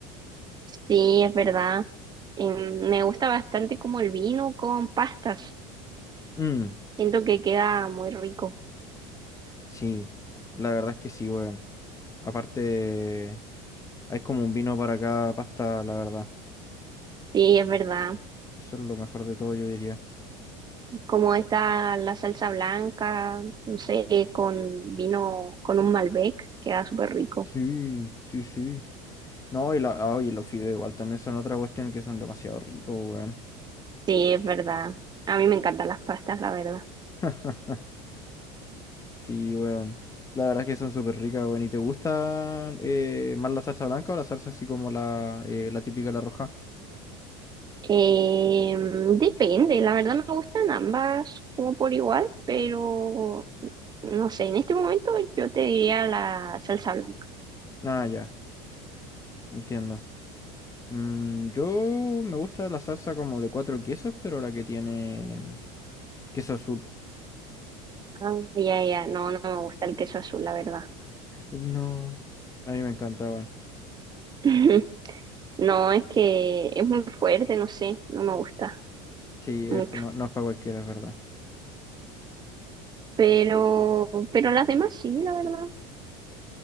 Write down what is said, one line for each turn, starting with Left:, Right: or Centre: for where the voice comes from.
Right: Sí, es verdad. Em, me gusta bastante como el vino con pastas.
Left: Mm,
Right: Siento que queda muy rico.
Left: sí, la verdad es que sí, weón. Aparte, hay como un vino para cada pasta, la verdad.
Right: Sí, es verdad.
Left: Eso es lo mejor de todo, yo diría.
Right: Como está la salsa blanca, no sé, con vino, con un Malbec, queda súper rico.
Left: Sí, sí, sí. No, y, la, ah, y los fideos igual también son otra cuestión que son demasiado ricos, weón.
Right: Sí, es verdad. A mí me encantan las pastas, la verdad.
Left: <laughs> Sí, weón. La verdad es que son súper ricas, weón. ¿Y te gustan eh, más la salsa blanca o la salsa así como la, eh, la típica, la roja?
Right: Em, depende, la verdad me gustan ambas como por igual, pero No sé, en este momento yo te diría la salsa blanca.
Left: Ah, ya, entiendo. Mm, yo me gusta la salsa como de cuatro quesos, pero la que tiene mm, queso azul.
Right: Ah, ya, ya, no, no me gusta el queso azul, la verdad.
Left: No, a mí me encanta, weón.
Right: <laughs> No, es que es muy fuerte, no sé, no me gusta
Left: Sí,
Right: mucho.
Left: es, no, no es para cualquiera, es verdad.
Right: Pero, pero las demás sí, la verdad.